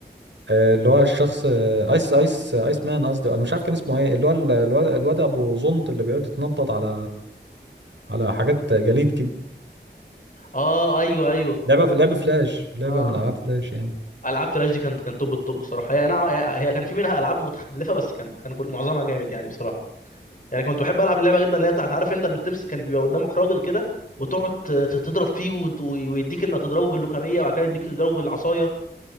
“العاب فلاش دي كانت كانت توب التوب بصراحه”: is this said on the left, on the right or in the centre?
Left